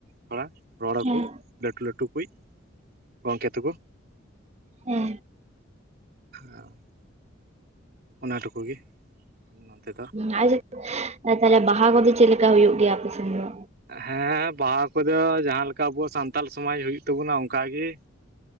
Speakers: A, on the right (about 55°); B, on the right (about 35°).
A: ᱛᱷᱚᱲᱟ ᱨᱚᱲ ᱟᱠᱚ,
B: ᱦᱮᱸ
A: ᱞᱟᱹᱴᱩ ᱞᱟᱹᱴᱩ ᱠᱩᱡ ᱜᱚᱝᱠᱮ ᱛᱟᱠᱚ,
B: ᱦᱮᱸ
A: ᱦᱟᱸ ᱚᱱᱟ ᱴᱩᱠᱩ ᱜᱮ, ᱱᱚᱛᱮ ᱫᱚ
B: <unintelligible> ᱛᱟᱦᱚᱞᱮ ᱵᱟᱦᱟ ᱠᱚᱫᱚ ᱪᱮᱫᱞᱮᱠᱟ ᱦᱩᱭᱩᱜ ᱜᱮᱭᱟ ᱟᱯᱮ ᱥᱮᱱ ᱫᱚ?
A: ᱦᱮᱸ ᱵᱟᱦᱟ ᱠᱚᱫᱚ ᱡᱟᱸᱦᱟ ᱞᱮᱠᱟ ᱟᱵᱚ ᱥᱟᱱᱛᱟᱞ ᱥᱚᱢᱟᱡᱽ ᱦᱩᱭᱩᱜ ᱛᱟᱵᱚᱱᱟ ᱚᱱᱠᱟᱜᱮ,